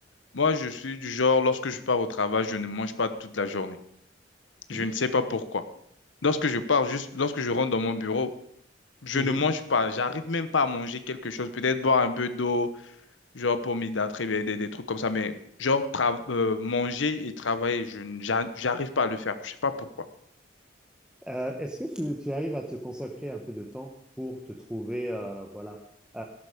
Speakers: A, on the left; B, in the centre.
A: Moi, je suis du genre, lorsque je pars au travail, je ne mange pas toute la journée. Je
B: Mmh.
A: ne sais pas pourquoi. Lorsque je pars, juste lorsque je rentre dans mon bureau, Je
B: Mmh
A: ne mange pas, j'arrive même pas à manger quelque chose, peut-être boire un peu d'eau, genre pour m'hydrater, des, des, des trucs comme ça, mais genre tra- euh, manger et travailler, je n- j'a- j'arrive pas à le faire, je sais pas pourquoi.
B: Euh, Est-ce que tu, tu arrives à te consacrer un peu de temps pour te trouver, heu, voilà, heu,